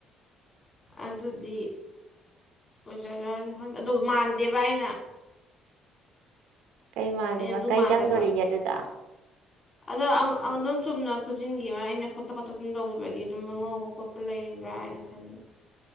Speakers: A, on the left; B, on the right.
A: ꯑꯗꯨꯗꯤ ꯑꯣꯏꯖꯔꯅꯤ ꯈꯪ ꯑꯗꯨ ꯃꯥꯟꯗꯦꯕ ꯑꯩꯅ
B: ꯀꯩ ꯃꯥꯜꯂꯤꯕ
A: ꯑꯩꯅ ꯑꯗꯨ
B: ꯀꯩ
A: ꯃꯥꯟꯗꯕ
B: ꯆꯪꯗꯣꯔꯤꯒꯦ ꯑꯗꯨꯗ
A: ꯑꯗꯣ ꯑꯗꯨꯝ ꯆꯨꯝꯅ ꯈꯨꯖꯤꯡꯒꯤ ꯑꯩꯅ ꯈꯣꯠꯇ ꯈꯣꯠꯇ ꯑꯗꯨꯝ ꯇꯧꯈꯤꯕꯒꯤ ꯑꯗꯨꯝ ꯑꯉꯧꯕ ꯈꯣꯠꯄ ꯂꯩꯔꯤꯕꯕ꯭ꯔꯥ ꯍꯥꯏꯅ ꯈꯟꯕ